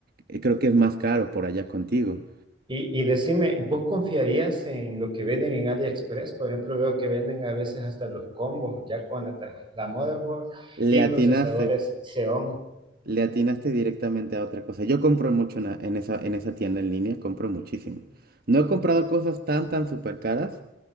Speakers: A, on the right (about 55°); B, on the right (about 25°).
A: eh, creo que es más caro por allá contigo.
B: Y, y decime, ¿vos confiarías en lo que venden en AliExpress? Por ejemplo, veo que venden a veces hasta los combos ya con la, tar- la motherboard
A: Le
B: y
A: atinaste,
B: procesadores Xeon.
A: le atinaste directamente a otra cosa. Yo compro mucho en, a- en esa, en esa tienda en línea, compro muchísimo. No he comprado cosas tan, tan súper caras,